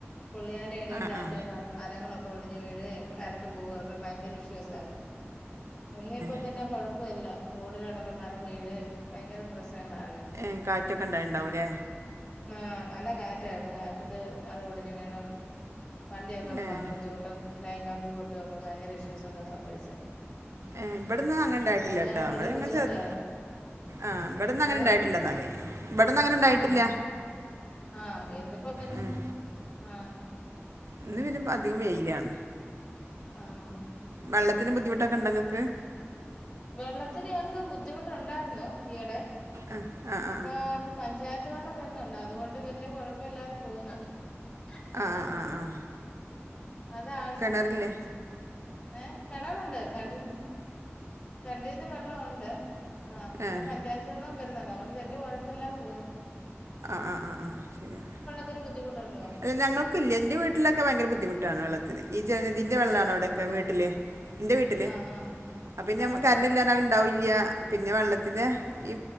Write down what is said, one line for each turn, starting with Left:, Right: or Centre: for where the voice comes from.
Left: പുള്ളിയാന് ഇടിം
Right: ആ
Left: കാറ്റും
Right: ആ
Left: ഒക്കെ കാര്ണം. മരങ്ങളൊക്കെ ഒടിഞ്ഞ് വീഴുകയും കറണ്ട് പോവുകയൊക്കെ ഭയങ്കര ഇഷ്യൂസ് ആയ്രുന്നു. ഇന്നിപ്പോ
Right: ഏ
Left: പിന്നെ കൊഴപ്പ ഇല്ല. റോഡിലോട്ടൊക്കെ മരം വീഴുകയും ഭയങ്കര പ്രശ്നങ്ങളാ
Right: ഏഹ് കാറ്റൊക്കെ ഉണ്ടായിണ്ടാവു ലേ?
Left: ന്നാഹ് നല്ല കാറ്റായിരുന്നു കാറ്റത്ത് മരം ഒടിഞ്ഞ് വീണും, വണ്ടിയൊക്കെ
Right: ഏഹ്
Left: പോവാൻ ബുദ്ധിമുട്ടും ലൈൻ കമ്പി പൊട്ടു ഒക്കെ ഭയങ്കര ഇഷ്യൂസ് ഒക്കെ സംഭവിച്ച്.
Right: ഏഹ് ഇബടന്നാ അങ്ങനെ ണ്ടായിട്ടില്ലട്ടോ.
Left: കാരണം
Right: ഇബടെ
Left: വലിയ
Right: ങ്ങനെ
Left: ബുദ്ധിമുട്ടായിരുന്നു
Right: ചെറ്, ആഹ്. വെടെന്നും
Left: എന്തോ
Right: അങ്ങനെണ്ടായിട്ടില്ല ന്നാല്. ഇവെടന്നാ അങ്ങനെ ണ്ടായിട്ടില്ല.
Left: ആഹ് ആഹ് ഇന്നിപ്പ പിന്നെ
Right: ഉം
Left: ആഹ്.
Right: ഇന്ന് പിന്നെ അധികം വെയിലാണ്.
Left: ആഹ്.
Right: വെള്ളത്തിന് ബുദ്ധിമുട്ടൊക്കെണ്ടൊ ഇങ്ങക്ക്?
Left: വെള്ളത്തിന് ഞങ്ങക്ക് ബുദ്ധിമുട്ടുണ്ടായിരുന്നു ഈയിടെ.
Right: ആഹ് ആഹ് ആഹ്
Left: അപ്പോ, പഞ്ചായത്ത് വെള്ളം വരുന്നുണ്ട് അതുകൊണ്ട് വല്യ കുഴപ്പ ഇല്ലാതെ പോവുന്നു. അത്
Right: ആഹ് ആഹ് ആഹ് ആഹ്.
Left: അത് ആഴ്സ്,
Right: കിണറില്ലേ
Left: ഏഹ്? കെണറുണ്ട്. കെണറ്റിൽ, കെൻ്റീന്ന് വെള്ളം ഉണ്ട് ആഹ് പിന്നെ
Right: ഏഹ്
Left: പഞ്ചായത്ത് വെള്ളം വരുന്നുണ്ട് അതൊണ്ട് വല്യ കുഴപ്പല്ലാതെ പോവുന്നു.
Right: ആഹ് ആഹ് ആഹ് ആഹ് ശരിയാണ്.
Left: ത്തിന് ബുദ്ധിമുട്ടുണ്ടോ?
Right: അല്ല ഞങ്ങക്കില്ല എന്റെ വീട്ടിലൊക്കെ ഭയങ്കര ബുദ്ധിമുട്ടാണ് വെള്ളത്തിന് ഈ ജലനിധിന്റെ
Left: അതെയോ
Right: വള്ളാണ് അവിടൊക്കെ വീട്ടില്. ഇന്റെ വീട്ടില്.
Left: ആഹ് ആഹ്
Right: അപ്പപിന്നെ
Left: ആഹ്
Right: ഞം കരണ്ടില്ലാർഞ്ഞാ അത് ഇണ്ടാവൂല്ല്യ പിന്നെ വെള്ളത്തിനെ ഈ.